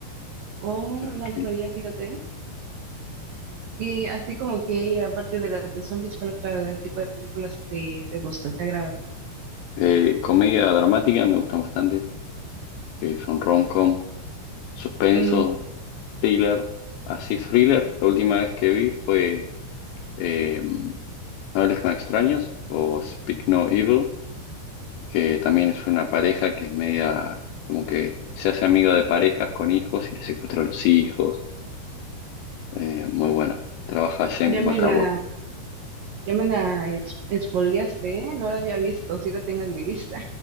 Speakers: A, on the right (about 80°); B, on the left (about 80°).
A: Oh,
B: ya le
A: no
B: escribí.
A: lo sabía, fíjate. ¿eh? Y a ti como que, aparte de las de zombies, ¿cuál otro tipo de películas te, te gustan, te agrada?
B: Eh, comedia dramática me gustan bastante, que son rom-com, suspenso,
A: Mm,
B: thriller, así thriller. La última vez que vi fue eh, No hables con extraños o Speak No Evil que también es una pareja que es media, como que se hace amiga de parejas con hijos y le secuestra a los hijos. Eh, muy bueno. Trabaja James
A: ya
B: McAvoy.
A: me la, ya me la ex- expoliaste, ¿eh? No la había visto, sí la tengo en mi lista.